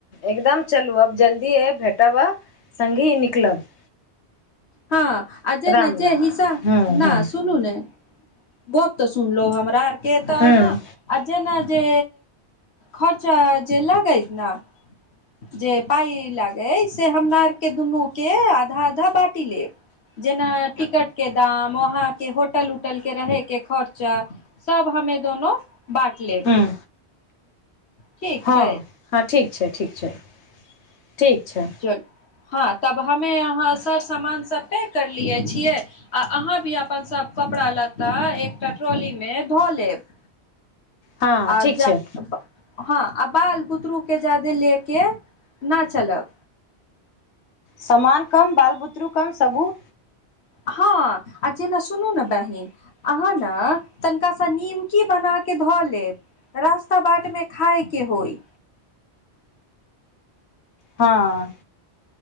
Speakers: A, on the left (about 85°); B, on the left (about 70°).
A: एकदम चलू आब जल्दीये भेटब आ संगहि निकलब।
B: हँ आ जेना
A: राम
B: जे
A: राम
B: हिस्सा,
A: हूँ हूँ
B: नै सुनू ने गप्प त सुनलो हमरा आरके तऽ
A: हुं।
B: अहाँ आ जेना जे खर्चा जे लागैत ने जे पाइ लागै से हमरा आरके दुनू के आधा आधा बांटि लेब। जेना टिकट के दाम वहाँंके होटल उटल के रहेके खर्चा। सब हमे दोनो बाँट लेब,
A: हूँ
B: ठीक
A: हँ
B: छै।
A: हँ ठीक छै, ठीक छै। ठीक छै
B: चलू हँ तब हमे अहाँ सर सामान सब पैक कर लियै छियै? आ अहाँ भी अपन सभ कपड़ा लत्ता एकटा ट्रोली मे ध लेब।
A: हँ
B: आ
A: ठीक
B: जा
A: छै।
B: हँ आ बाल बुतरू के ज्यादे ल क न चलब।
A: समान कम बाल बुतरू कम सबहु।
B: हँ आ कि ना सुनू ने बहिन अहाँ ने तनिका से नीमकी बना के ध लेब। रास्ता बाटमे खाइके होइ।
A: हाँ।